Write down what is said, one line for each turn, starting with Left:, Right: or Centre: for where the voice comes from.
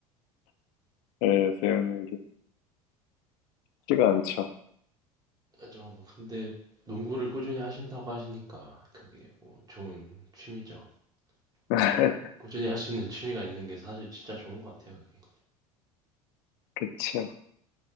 Left: 예, 배우는 게 쉽지가
Right: 어,
Left: 않죠.
Right: 좀 근데 농구를 꾸준히 하신다고 하시니까 그게 뭐 좋은 취미죠.
Left: <laughs>
Right: 오래 꾸준히 할 수 있는 취미가 있는 게 사실 진짜 좋은 것 같아요. 그게.
Left: 그쵸,